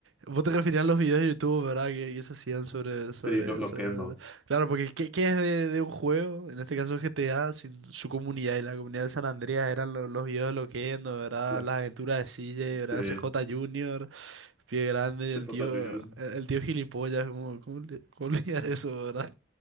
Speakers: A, on the right; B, in the centre.
A: vos te referías a los videos de YouTube, ¿verdad? Que, que se hacían sobre, sobre,
B: Sí, los bloqueé,
A: sobre-
B: no.
A: Claro, porque ¿qué, qué es de, de un juego? En este caso G GTA, sin su comunidad y la comunidad de San Andreas eran lo- los, videos de Loquendo, ¿verdad?
B: No,
A: Las aventuras de CJ, ¿verdad?
B: Se,
A: CJ Junior, Pie Grande,
B: se
A: el
B: contra
A: tío,
B: Juniors.
A: el, el tío gilipollas, ¿cómo, cómo, le- cómo le llaman eso, ¿verdad?